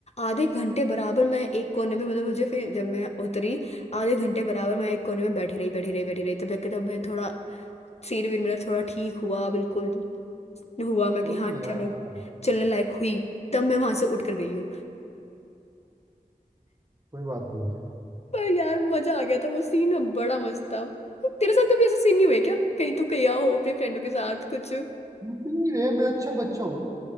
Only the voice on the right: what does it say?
कोई
नहीं यार
कोई
बात नहीं
नहीं रे मैं अच्छा बच्चा हूँ